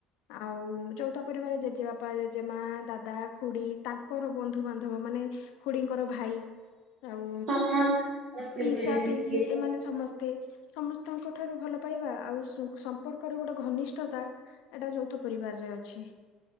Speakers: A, on the left; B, on the right.
A: ଆଉ ଯୋଉଥ ପରିବାର ଜେଜେ ବାପା ଜେ ଜେ ମା, ଦାଦା, ଖୁଡି, ତାଙ୍କର ବନ୍ଧୁ ବାନ୍ଧବ ମାନେ ଖୁଡିଙ୍କର ଭାଇ ଆଉ
B: ସମସ୍ତେ ସମସ୍ତେ
A: ପିସା
B: ମିଳିମିଶି
A: ପିସି ଏମାନେ ସମସ୍ତ ତେ, ସମସ୍ତଙ୍କ ଠାରୁ ଭଲ ପାଇବା ଆଉ ସମ୍ପର୍କରେ ଗୋଟେ ଘନିଷ୍ଠତା ଏଇଟା ଯୌଥ ପରିବାରରେ ଅଛି।